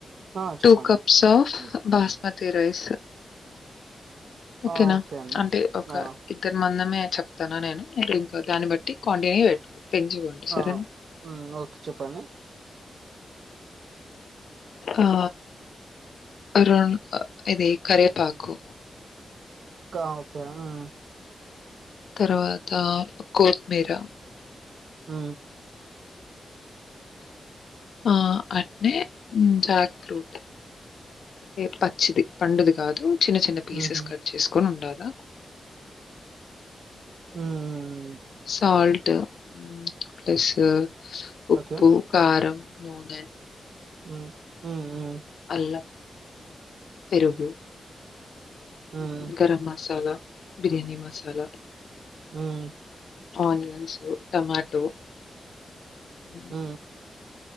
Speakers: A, on the right; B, on the left.
A: ఆ చెప్పండి
B: టూ కప్స్ ఆఫ్
A: ఉమ్,
B: బాస్మతి తి రైస్ ఓకేనా
A: ఆ ఓకే అండి
B: అంటే ఒక
A: ఆ
B: ఇద్దరు మంది చెప్తానా నేను ఇంకా దాన్ని బట్టి కంటిన్యూ పెట్టు పెంచుకోండి సరేనా?
A: ఆ హ్మ్ ఓకే చెప్పండి
B: ఆ ర ఇది కరేపాకు
A: గా ఓకే హ్మ హ్మ
B: తర్వాత కోత్మీర
A: హ్మ
B: ఆ అట్నే జాక్ ఫ్రూట్ ఏ పచ్చిది పండుది కాదు చిన్న చిన్న పీసెస్
A: హుహు
B: కట్ చేసుకొని ఉండాలా
A: హ్మ్మ్
B: సాల్ట్ హుమ్ ప్లస్ ఉప్పు
A: ఓకే
B: కారం నూనె
A: హ్మ హ్మ
B: హ్మ్,
A: హ్మ
B: అల్లం, పెరుగు
A: హ్మ్
B: మ్ గరం మసాలా బిర్యాణి మసాలా
A: ఊమ్
B: ఆనియన్సు టమాటో హ్మ్.
A: ఊ